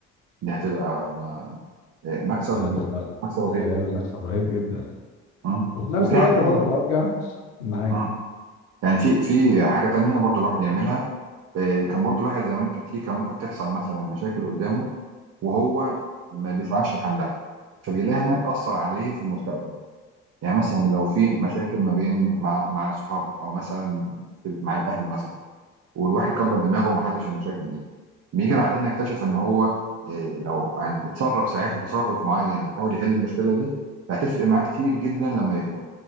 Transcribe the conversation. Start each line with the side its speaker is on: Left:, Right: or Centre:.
Right: دي هتبقى آه، مكسب
Left: لا هتبقى
Right: مكسب رهيب
Left: ايام المكسب رهيب جدا
Right: مم.
Left: وفي نفس
Right: وفي
Left: الوقت
Right: حاجه تانية
Left: برضو ارجع معاك
Right: مم. يعني في في حاجه تانية برضو الواحد يعملها آه، كان برضو الواحد زمان كتير كان ممكن تحصل مثلا مشاكل قدامه وهو ما بيسعاش لحلها فبيلاقيها انها بتاثر عليه في المستقبل يعني مثلا لو في مشاكل ما بين مع مع اصحابه او مثلا في- مع الاهل مثلا والواحد كبر دماغه وما حلش المشاكل دي بيجي بعدين يكتشف ان هو إيه لو يعني اتصرف ساعتها تصرف معين وحاول يحل المشكله دي فهتفرق معاه كتير جدا لما يكبر